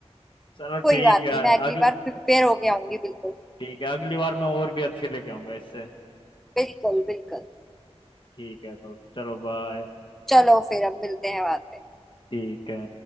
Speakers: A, on the left; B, in the centre.
A: चलो
B: कोई
A: ठीक
B: बात नहीं
A: है
B: मैं अगली
A: अगली
B: बार प्रिपेयर होके आऊंगी बिल्कुल
A: ठीक है अगली बार मैं और भी अच्छे लेके आऊंगा इससे
B: बिल्कुल बिल्कुल
A: ठीक है तो चलो बाय
B: चलो फिर अब मिलते हैं बाद में
A: ठीक है